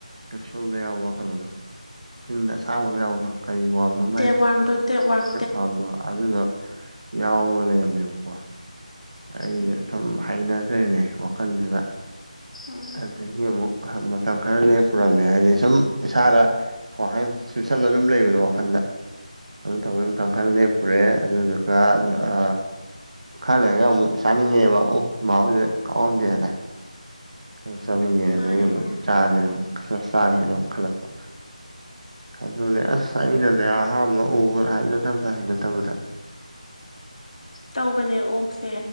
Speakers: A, on the right; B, on the left.
A: ꯀꯦꯁꯣꯟꯗ ꯌꯥꯎꯕ ꯀꯩꯅꯗꯣ ꯇ ꯗꯑꯃ ꯁꯛꯕ ꯑꯃ ꯌꯥꯎꯗꯣ ꯀꯔꯤ ꯋꯣꯝꯅꯝ
B: ꯇ ꯋꯥꯟꯗꯣ ꯇ ꯋꯥꯟ
A: ꯋꯥꯟꯗꯣ ꯑꯗꯨꯗ ꯌꯥꯎꯕ ꯂꯩꯔꯝꯃꯦꯕꯀꯣ ꯑꯩꯁ
B: ꯎꯝ
A: ꯁꯨꯝ ꯍꯥꯏꯅꯈ꯭ꯔꯦꯅꯦ ꯋꯥꯈꯜꯁꯤꯗ
B: ꯎꯝ
A: ꯑꯗꯨꯗꯒꯤ ꯑꯃꯨꯛ ꯃꯇꯝ ꯈꯔ ꯂꯦꯞꯂꯩꯒꯔꯦ ꯍꯥꯏꯗꯤ ꯁꯨꯝ ꯏꯁꯥꯗ ꯋꯥꯈꯟ ꯆꯨꯞꯁꯜ ꯑꯗꯨꯝ ꯂꯩꯕꯗꯣ ꯋꯥꯈꯜꯗ ꯑꯗꯨ ꯇꯧꯕ ꯃꯇꯝ ꯈꯔ ꯂꯦꯛꯞꯄꯨꯔꯦ ꯑꯗꯨꯗꯨꯒ ꯉꯔ ꯑ ꯈꯔ ꯂꯩꯔꯒ ꯑꯃꯨꯛ ꯆꯥꯅꯤꯡꯉꯦꯕ ꯑꯣꯛꯀꯤ ꯃꯍꯥꯎꯁꯦ ꯀꯥꯎꯉꯝꯗꯦꯅ ꯑꯗꯨ ꯆꯥꯅꯤꯡꯉꯦ
B: ꯃꯥꯅꯦ
A: ꯑꯗꯩ
B: ꯃꯥꯅꯦ
A: ꯑꯃꯨꯛ ꯆꯥꯥꯁꯦ ꯑꯗꯨ ꯈꯔ ꯆꯥꯏꯒꯦꯅ ꯑꯃ ꯈꯜꯂꯛꯄ ꯑꯗꯨꯅꯦ ꯑꯁ ꯑꯩꯅꯅꯦ ꯑꯍꯥꯟꯕ ꯎꯕꯗ ꯍꯥꯏꯅꯕꯗ ꯍꯩꯅꯠꯇꯕꯗ
B: ꯇꯧꯕꯅꯦ ꯑꯣꯛꯁꯦ